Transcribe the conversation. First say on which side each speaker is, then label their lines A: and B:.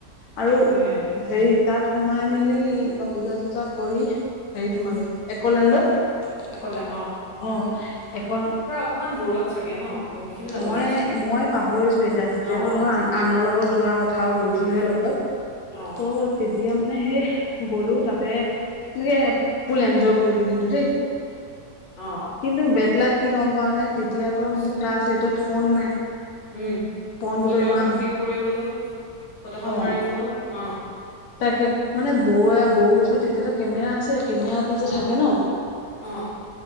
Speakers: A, on the left (about 70°); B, on the left (about 50°).
A: আৰু
B: সেয়াই,
A: হেৰি তাত সোমাই মেলি বা পূজা-চূজা কৰি হেৰিত
B: উম।
A: সোমালোঁ একলেণ্ডত অ',
B: একলেন
A: এক
B: অকণমান দূৰত চাগে ন বহুত খিনি যাব
A: মই,
B: লাগে চাগে
A: মই পাহৰিছোঁ এতিয়া তেতিয়াতো
B: অ অ
A: ধৰা আনৰ লগত যোৱা কথাও গৈছোঁহে
B: উম উম
A: লগত।
B: অ'।
A: তো তেতিয়া মানে সেই গ'লো তাতে এনেকে ফুল এনজয় কৰিলোঁ কিন্তু দেই।
B: অ
A: কিন্তু বেদলাক কি গ'ম পাওঁনে তেতিয়াতো
B: কচোন
A: মোৰ ক্লাছ এইটত ফোন নাই।
B: উম,
A: ফোনটোতো
B: ফটো
A: ইমান
B: এখন ক্লিক কৰিবলও ফটোখন
A: অ
B: মাৰিবলও অ'
A: তাকে মানে বৌ, বৌ ওচৰত তেতিয়াতো কেমেৰা আছেই কেমেৰাটো
B: অ
A: যে থাকে ন!
B: অ